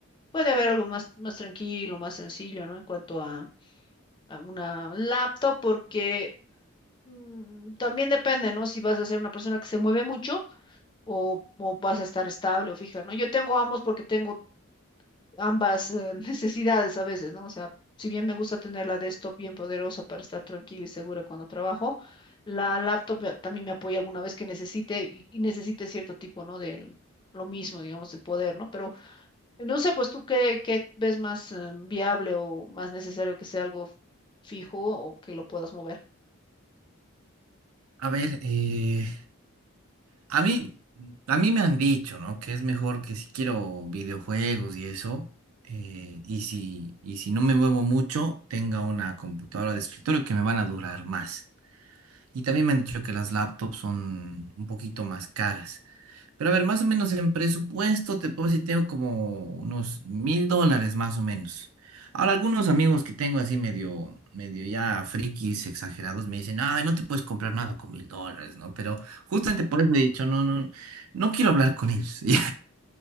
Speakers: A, on the left; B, on the right.
A: Puede haber algo más, más tranquilo, más sencillo, ¿no? En cuanto a, a una laptop, porque mm, también depende, ¿no? Si vas a ser una persona que se mueve mucho o, o vas a estar estable o fija, ¿no? Yo tengo ambos porque tengo ambas eh, <laughs> necesidades a veces, ¿no? O sea, si bien me gusta tener la desktop bien poderosa para estar tranquila y segura cuando trabajo, la laptop eh, también me apoya alguna vez que necesite y, y necesite cierto tipo, ¿no? Del, lo mismo, digamos, el poder, ¿no? Pero no sé, pues tú qué, qué ves más eh, viable o más necesario que sea algo fijo o que lo puedas mover.
B: a ver, eh, a mí, a mí me han dicho, ¿no? Que es mejor que si quiero videojuegos y eso, eh, y si, y si no me muevo mucho, tenga una computadora de escritorio que me van a durar más. Y también me han dicho que las laptops son un poquito más caras. Pero a ver, más o menos en presupuesto te puedo decir, tengo como unos mil dólares más o menos. Ahora, algunos amigos que tengo así medio, medio ya frikis, exagerados, me dicen, ay, no te puedes comprar nada con mil dólares, ¿no? Pero justamente por eso he dicho, no, no, no quiero hablar con ellos. <laughs> Ya.